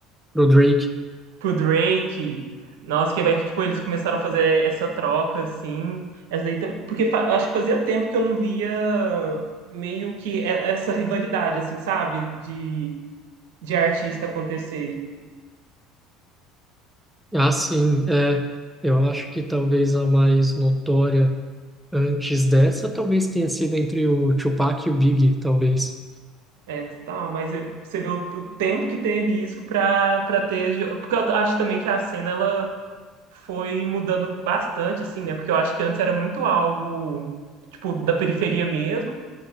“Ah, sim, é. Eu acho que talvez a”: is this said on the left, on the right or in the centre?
Centre